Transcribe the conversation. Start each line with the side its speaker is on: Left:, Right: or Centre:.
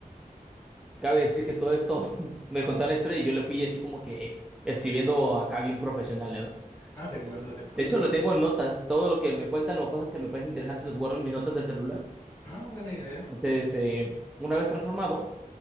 Centre: Cabe decir que todo esto <laughs> me contaron la historia y yo le fui así como que escribiendo acá bien profesional, ¿no?
Left: Ah, de acuerdo,
Centre: Eh,
Left: de acuerdo.
Centre: de hecho, lo tengo en notas. Todo lo que me cuentan o cosas que me parecen interesantes los guardo en mis notas del celular.
Left: No, buena idea.
Centre: Entonces, eh, una vez transformado,